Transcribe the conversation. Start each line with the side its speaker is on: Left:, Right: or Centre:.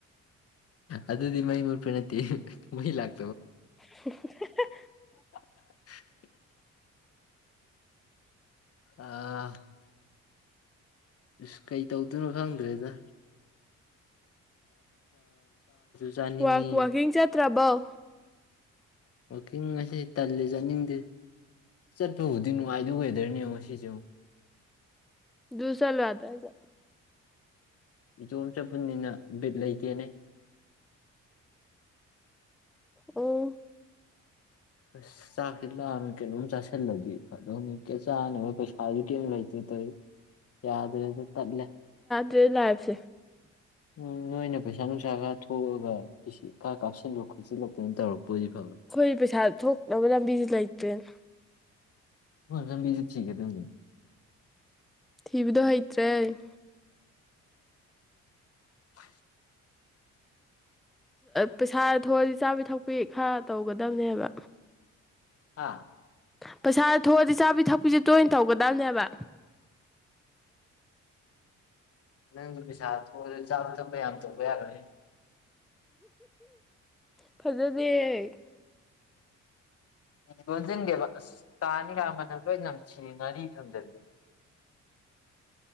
Left: ꯑꯗꯨꯗꯤ ꯃꯩ ꯃꯨꯠꯄꯩ ꯅꯠꯇꯦ ꯃꯩ ꯂꯥꯛ
Centre: <unintelligible>
Left: <unintelligible> ꯑꯥ ꯏꯁ ꯀꯩ ꯇꯧꯗꯣꯏꯅꯣ ꯈꯪꯗ꯭ꯔꯦꯗ ꯆꯥꯅꯤꯡꯉꯤ
Centre: ꯋꯥ ꯋꯥꯀꯤꯡ ꯆꯠꯇ꯭ꯔꯕꯧ
Left: ꯋꯥꯛꯀꯤꯡ ꯑꯁꯤ ꯇꯜꯂ ꯆꯠꯅꯤꯡꯗꯦ ꯆꯠꯄꯕꯨꯗꯤ ꯅꯨꯡꯉꯥꯏꯗꯣꯏ ꯋꯦꯗꯔꯅꯦꯕ ꯌꯦꯡꯎ ꯉꯁꯤꯁꯦ ꯌꯦꯡꯎ
Centre: ꯗꯨ ꯆꯠꯂꯨ ꯌꯥꯗ꯭ꯔ ꯑꯗꯩꯗ
Left: ꯏꯇꯣꯝ ꯆꯠꯄꯅꯤꯅ ꯕꯤꯠ ꯂꯩꯇꯦꯅꯦ
Centre: ꯑꯣ
Left: ꯑꯁꯉ ꯆꯥꯛ ꯁꯤ ꯂꯥꯝꯃꯤ ꯀꯩꯅꯣꯝ ꯆꯁꯤꯜꯂꯗꯤ ꯐꯗꯧꯅꯤ ꯀꯦ ꯆꯅꯕ ꯄꯩꯁꯥꯁꯨ ꯀꯦꯝ ꯂꯩꯇꯦ ꯇꯧꯔꯤꯁꯤ ꯌꯥꯗꯔꯦꯗ ꯇꯠꯂꯦ
Centre: ꯗꯦ ꯂꯥꯏꯞꯁꯦ
Left: ꯎꯝ ꯅꯣꯏꯅ ꯄꯩꯁꯥ ꯅꯨꯡꯁꯥ ꯈ ꯊꯣꯛꯑꯒ ꯈꯥ ꯀꯥꯞꯁꯤꯜꯂ ꯈꯣꯠꯤꯜꯂꯛꯇꯅ ꯇꯧꯔꯛꯄ ꯑꯣꯏꯗꯤ ꯐꯕ
Centre: ꯑꯩꯈꯣꯏ ꯄꯩꯁꯥ ꯊꯣꯛꯅꯕ ꯂꯝꯕꯤꯁꯤ ꯂꯩꯇ꯭ꯔꯦꯅꯦ
Left: ꯂꯝꯕꯤꯗꯨ ꯊꯤꯒꯗꯕꯅꯤ
Centre: ꯊꯤꯕꯗꯣ ꯍꯩꯇ꯭ꯔꯦ
Left: <unintelligible>
Centre: ꯄꯩꯁꯥ ꯊꯣꯛꯑꯗꯤ ꯆꯥꯕꯤ ꯊꯛꯄꯤ ꯈꯔ ꯇꯧꯒꯗꯕꯅꯦꯕ
Left: ꯍꯥ
Centre: ꯄꯩꯁꯥꯗꯨ ꯊꯣꯛꯑꯗꯤ ꯆꯥꯕꯤ ꯊꯛꯄꯤꯁꯦ ꯇꯣꯏꯅ ꯇꯧꯒꯗꯕꯅꯦꯕ
Left: ꯅꯪꯗꯤ ꯄꯩꯁꯥ ꯊꯣꯛꯑꯁꯨ ꯆꯥꯕ ꯊꯛꯄ ꯌꯥꯝ ꯇꯧꯕ ꯌꯥꯔꯣꯏꯍꯦ
Centre: ꯐꯖꯗꯦ
Left: ꯎ ꯂꯣꯟꯁꯤꯟꯒꯦꯕ ꯑꯁ ꯇꯥꯅꯤꯒ ꯃꯅꯝ ꯂꯣꯏ ꯅꯝꯊꯤ ꯉꯥꯔꯤ ꯊꯝꯖꯟꯕꯩ